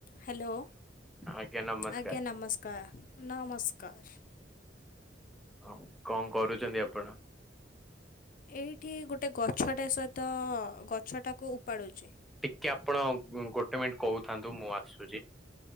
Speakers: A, on the left; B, in the centre.
A: Hello
B: ଆଜ୍ଞା ନମସ୍କାର
A: ଆଜ୍ଞା ନମସ୍କାର ନମସ୍କାର
B: ହଁ କଣ କରୁଛନ୍ତି ଆପଣ?
A: ଏଇଠି ଗୋଟେ ଗଛଟା ସହିତ ଗଛଟାକୁ ଉପାଡୁଚି।
B: ଟିକେ ଆପଣ ଗୋଟେ ମିନିଟ୍ କହୁଥାନ୍ତୁ। ମୁଁ ଆସୁଚି।